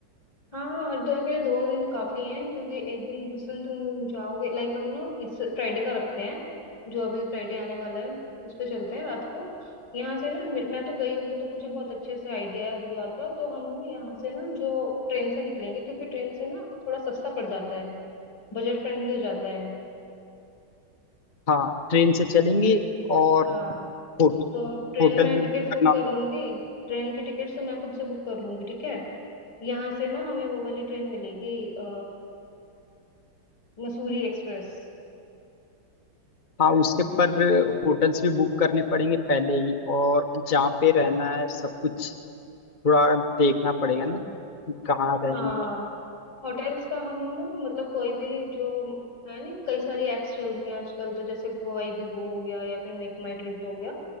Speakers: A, on the left; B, on the left.
A: हाँ हरिद्वार के लिए दो दिन काफी हैं क्योंकि एक दिन जिस दिन तुम जाओगे लाइक हम ना इस फ्राइडे का रखते हैं जो अभी फ्राइडे आने वाला है उस पे चलते हैं रात को यहाँ से ना मे- मैं तो गई हुई हूँ तो मुझे बहुत अच्छे से आइडिया है हरिद्वार का तो हम ना यहाँ से ना जो ट्रेन से निकलेंगे क्योंकि ट्रेन से ना थोड़ा सस्ता पड़ जाता है बजट फ्रेंडली हो जाता है
B: हाँ ट्रेन से चलेंगे और
A: हाँ
B: होटल
A: तो ट्रेन
B: होटल
A: में
B: भी
A: टिकट्स
B: बुक
A: बुक
B: करना
A: कर लूंगी ट्रेन की टिकट्स तो मैं खुद से बुक कर लूंगी ठीक है यहाँ से ना हमें वो वाली ट्रेन मिलेगी अ, मसूरी एक्सप्रेस
B: हाँ उसके पर होटल्स भी बुक करने पड़ेंगे पहले ही और जहाँ पे रहना है सब कुछ थोड़ा देखना पड़ेगा ना कि कहाँ रहेंगे
A: हाँ होटल्स का हम ना मतलब कोई भी जो है नहीं कई सारी एप्स चल रही हैं आजकल तो जैसे वो आई बीबो हो गया या फिर मेक माई ट्रिप हो गया